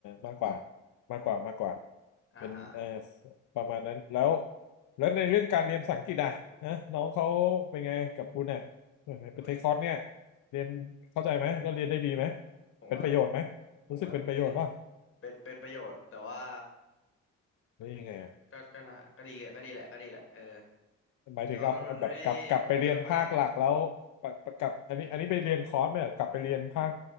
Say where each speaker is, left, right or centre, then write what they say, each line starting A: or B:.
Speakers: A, on the left (about 80°); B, on the left (about 45°).
A: มากกว่ามากกว่ามากกว่า
B: อ่าอ่า
A: เป็นเออประมาณนั้นแล้วแล้วในเรื่องการเรียนภาษาอังกฤษอ่ะนะน้องเขาเป็นไงกับคุณอ่ะ
B: โอ้ย
A: เปเทคคอร์สเนี่ยเรียนเข้าใจไหมแล้วเรียนได้ดีไหม
B: ผมว่า
A: เป็นประโยชน์ไหม
B: ผมว่าเล่น
A: รู้สึกเป็นประโยชน์ป่ะ
B: เป็นเป็นประโยชน์แต่ว่า
A: หรือยังไงอ่ะ
B: ก็ก็นะก็ดีอะก็ดีแหละก็ดีแหละเออ
A: หมายถึงเอาเอาแบบกลับกลับไปเรียนภาคหลักแล้วปะปะกลับอันนี้อันนี้ไปเรียนคอร์สไหมเหรอกลับไปเรียนภาค
B: แต่ว่ามันมันไม่ได้เพิ่มอะไรไง